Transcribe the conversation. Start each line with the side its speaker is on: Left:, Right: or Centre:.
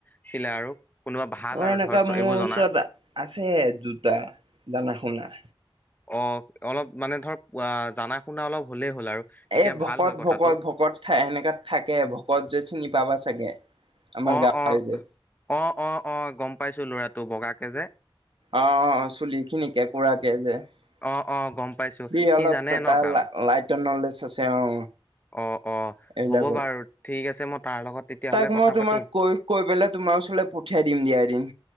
Left: আছিলে আৰু। কোনোবা ভাল
Right: অ,
Left: আৰু
Right: এনেকুৱা
Left: ধৰ এইবোৰ
Right: মোৰ
Left: জনা
Right: ওচৰত আছে জোতা দানা শুনা।
Left: অ, অলপ মানে ধৰ অ জানা শুনা অলপ হ'লেই হ'ল আৰু তেতিয়া
Right: এ ভকত
Left: ভাল হয় কথাটো
Right: - ভকত - ভকত থ সেনেকাত থাকে ভকত যে চিনি পাবা চাগে। আমাৰ
Left: অ
Right: গাঁৱৰে
Left: - অ
Right: যে
Left: - অ - অ - অ গম পাইছো লৰাটো বগাকে যে।
Right: অ - অ চুলি খিনিকে কুৰাকে যে।
Left: অ
Right: সি
Left: অ গম পাইছো সি
Right: অলপ
Left: জানে ন
Right: তাৰ
Left: কাম
Right: লাইটৰ নলেজ আছে অ,
Left: অ - অ
Right: এইবিলাকৰ।
Left: হ'ব বাৰু ঠিক আছে মই তাৰ লগত তেতিয়াহ'লে
Right: তাক
Left: কথা
Right: মই তোমাক
Left: পাতিম।
Right: কৈ - কৈ পেলাই তোমাৰ ওচৰলৈ পঠিয়াই দিম দিয়া এ দিন।